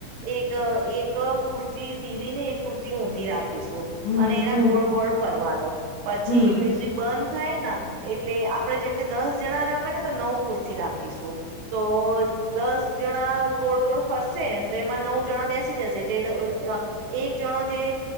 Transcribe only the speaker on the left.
હમ હમ
હમ
હમ